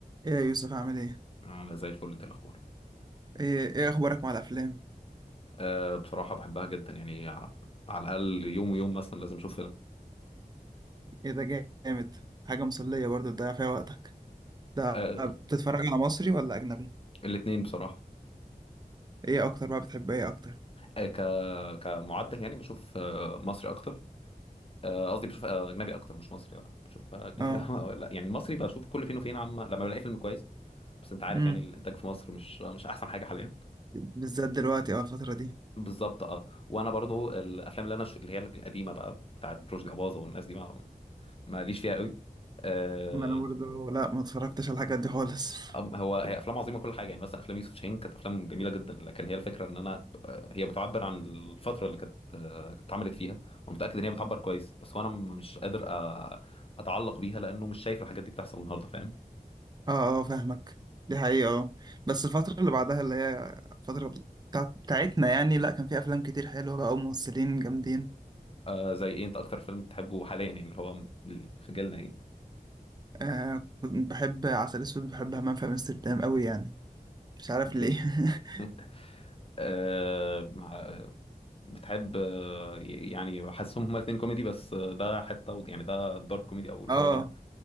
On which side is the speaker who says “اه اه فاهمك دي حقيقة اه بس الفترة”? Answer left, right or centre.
Right